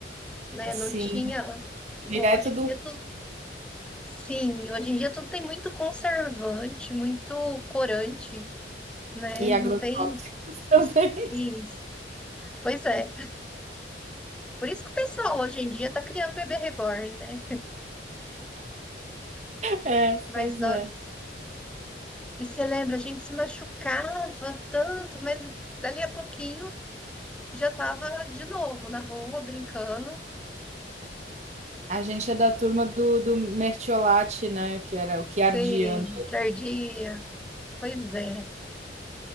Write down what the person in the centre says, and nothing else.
né?
Não tinha. Hoje
em
dia é tudo Sim, hoje em dia tudo tem muito conservante, muito corante, né?
Não
tem
os- isso. Pois é. Por isso que o pessoal hoje em dia tá criando bebê reborn, né?
Mas
nós,
e você lembra, a gente se machucava tanto, mas dali a pouquinho já tava de novo na rua brincando,
sem tardia. Pois é.